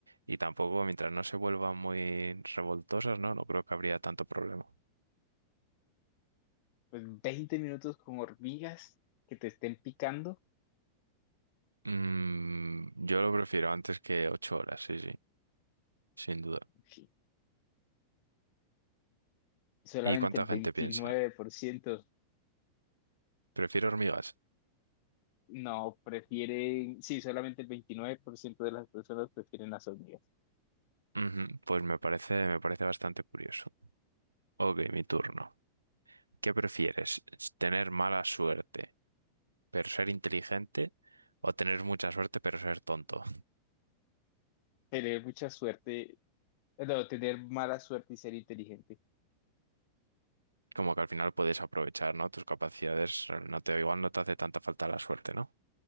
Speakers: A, on the right; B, on the left.
A: Y tampoco, mientras no se vuelvan muy revoltosas, no, no creo que habría tanto problema.
B: Pues 20 minutos con hormigas que te estén picando,
A: Mm, yo lo prefiero antes que ocho horas, sí, sí, sin duda.
B: sí, solamente
A: ¿Y cuánta
B: el veintinueve
A: gente piensa?
B: por ciento
A: Prefiero hormigas.
B: No, prefieren, sí, solamente el 29% de las personas prefieren las hormigas.
A: Ujú, Pues me parece, me parece bastante curioso. Ok, mi turno. ¿Qué prefieres? ¿Tener mala suerte, pero ser inteligente? ¿O tener mucha suerte, pero ser tonto?
B: Tener mucha suerte, no, tener mala suerte y ser inteligente.
A: Como que al final puedes aprovechar, ¿no? Tus capacidades, eh, no te, igual no te hace tanta falta la suerte, ¿no?